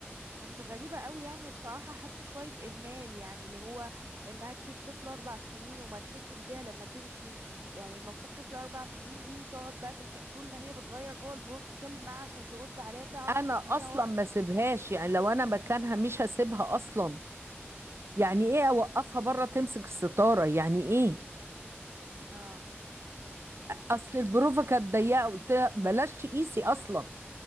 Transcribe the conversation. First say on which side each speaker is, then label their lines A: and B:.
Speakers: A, on the right; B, on the right.
A: بس غريبة قوي يعني بصراحة حاسة شوية إهمال يعني اللي هو إنها تسيب طفل أربع سنين وما تحسش بيها لما تمشي يعني المفروض طفل أربع سنين دي تقعد بقى تك... طول ما هي بتغير جوه البروف تتكلم معاها عشان ترد عليها تعرف
B: انا
A: إن هي
B: اصلا
A: واقفة
B: ما سيبهاش يعني لو انا مكانها مش هسيبها اصلا يعني ايه اوقفها بره تمسك الستاره يعني ايه
A: اه
B: اصل البروفه كانت ضيقه قلت لها بلاش تقيسي اصلا